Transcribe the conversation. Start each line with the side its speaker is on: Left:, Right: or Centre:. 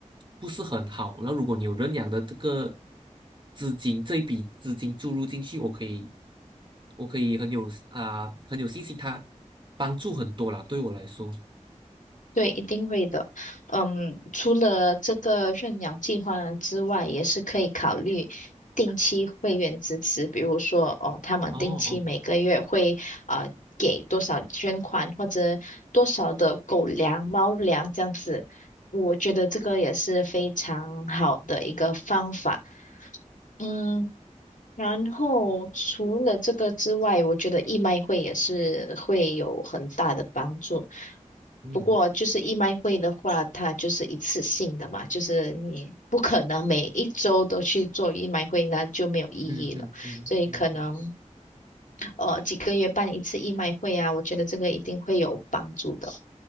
Right: 不是很好。那如果你有认养的这个资金，这一笔资金注入进去，我可以，我可以很有啊、很有信心，他帮助很多啦，对我来说。
Left: 对，一定会的。嗯，除了这个认养计划之外，也是可以考虑定期会员支持，比如说哦，他们定期每个月会呃给多少捐款或者多少的狗粮、
Right: 哦哦，
Left: 猫粮这样子。我觉得这个也是非常好的一个方法。嗯，然后除了这个之外，我觉得义卖会也是会有很大的帮助。
Right: 嗯
Left: 不过就是义卖会的话，它就是一次性的嘛，就是你不可能每一周都去做义卖会，那就没有意义了。
Right: 嗯嗯嗯，
Left: 所以可能
Right: 对对，
Left: 呃几个月办一次义卖会啊，我觉得这个一定会有帮助的。